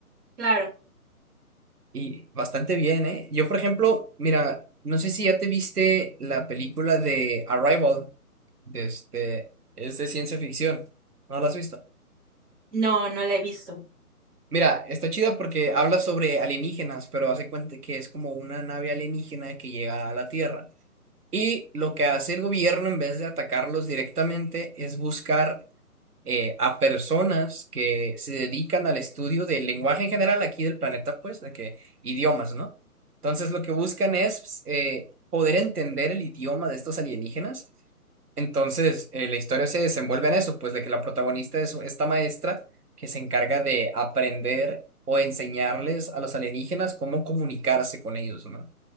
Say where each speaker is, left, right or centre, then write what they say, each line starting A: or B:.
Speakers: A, on the right; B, on the right.
A: Claro,
B: Y bastante bien, ¿eh? Yo, por ejemplo, mira, no sé si ya te viste la película de Arrival, de este, es de ciencia ficción. ¿No la has visto?
A: no, no la he visto.
B: Mira, está chida porque habla sobre alienígenas, pero hace cuenta que es como una nave alienígena que llega a la Tierra. Y lo que hace el gobierno en vez de atacarlos directamente es buscar eh, a personas que se dedican al estudio del lenguaje en general aquí del planeta, pues, de que idiomas, ¿no? Entonces lo que buscan es eh, poder entender el idioma de estos alienígenas entonces, eh, la historia se desenvuelve en eso, pues de que la protagonista es esta maestra que se encarga de aprender o enseñarles a los alienígenas cómo comunicarse con ellos, ¿no?